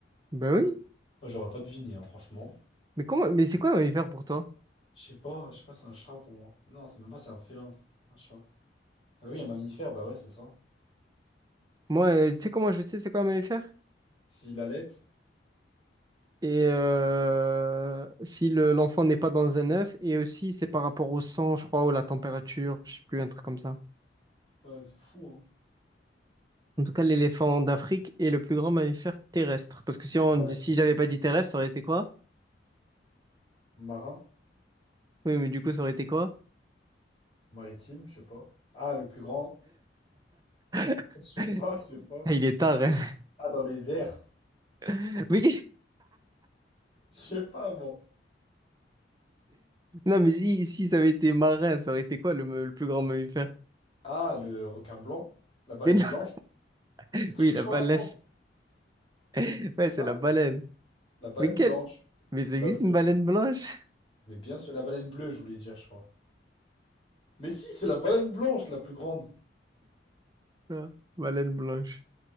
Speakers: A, on the right; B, on the left.
A: Bah oui.
B: Moi, j'aurais pas deviné, hein, franchement.
A: Mais comment... Mais c'est quoi un mammifère pour toi?
B: Je sais pas, je sais pas, c'est un chat pour moi. Non, c'est même pas, c'est un félin. Un chat. Ah bah oui, un mammifère, bah ouais, c'est ça.
A: Moi, euh, tu sais comment je sais c'est quoi un mammifère?
B: S'il allait,
A: Et euh, si le- l'enfant n'est pas dans un œuf, et aussi c'est par rapport au sang, je crois, ou la température, je sais plus, un truc comme ça.
B: ouais, c'est fou, hein.
A: En tout cas, l'éléphant d'Afrique est le plus grand mammifère terrestre. Parce que si on,
B: Ouais.
A: si j'avais pas dit terrestre, ça aurait été quoi?
B: Marin,
A: Oui, mais du coup, ça aurait été quoi?
B: maritime, je sais pas. Ah, le plus grand,
A: <laughs>
B: je sais pas, je sais pas.
A: Il est tard, hein.
B: Ah, dans les airs,
A: <laughs> Mais qu'est-
B: je sais pas, moi.
A: Non, mais si, si ça avait été marin, ça aurait été quoi le, me- le plus grand mammifère?
B: Ah, le requin blanc, la baleine
A: Mais non,
B: blanche.
A: <laughs> oui,
B: Qu'est-ce
A: la
B: qu'on
A: baleine.
B: raconte,
A: <laughs> Ouais,
B: c'est ça?
A: c'est la baleine.
B: La baleine
A: Mais quelle?
B: blanche.
A: Mais ça
B: Ou
A: existe
B: la bleue.
A: une baleine blanche?
B: Mais bien sûr, la baleine bleue, je voulais dire, je crois. Mais si, c'est la baleine blanche, la plus grande.
A: Non, baleine blanche.